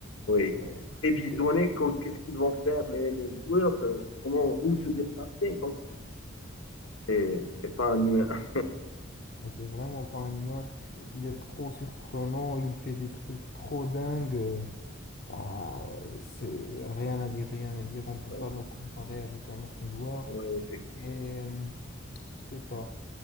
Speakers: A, on the left; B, on the left.
A: oui.
B: Ouais,
A: Prévisionner
B: donc, euh,
A: co- qu'est-ce qu'ils vont faire les, les joueurs, que- comment, où se déplacer. Donc, c'est c'est pas un humain.
B: ouais, c'est vraiment pas un humain.
A: <laughs>
B: Il est trop surprenant, il fait des trucs trop dingues. euh, ah, c'est rien à dire, rien à dire. On peut
A: Oui,
B: pas le comparer avec un autre joueur.
A: ouais, effectivement.
B: Et euh, je sais pas.